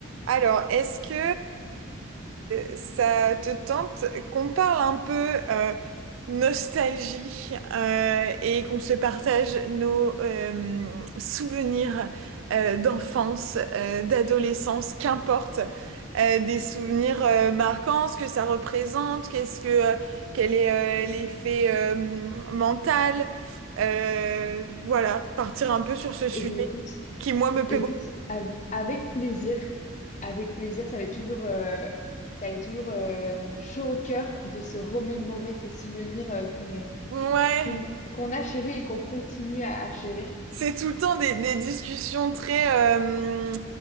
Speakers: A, on the right (about 75°); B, on the left (about 35°).
A: Alors, est-ce que euh, ça te tente qu'on parle un peu euh, nostalgie euh, et qu'on se partage nos euh, souvenirs euh, d'enfance, euh, d'adolescence, qu'importe, euh, des souvenirs euh, marquants, ce que ça représente, qu'est-ce que euh, quel est euh, l'effet euh, mental, euh, voilà, partir un peu sur ce sujet
B: Eh bien, écoute,
A: qui moi me plaît
B: écoute,
A: beaucoup.
B: av- avec plaisir, avec plaisir, ça va être toujours, euh, ça va être toujours euh, chaud au cœur de se remémorer ces souvenirs euh, qu'on
A: Ouais.
B: qu'on qu'on a chéris et qu'on continue à, à chérir.
A: C'est tout le temps des, des discussions très, euh,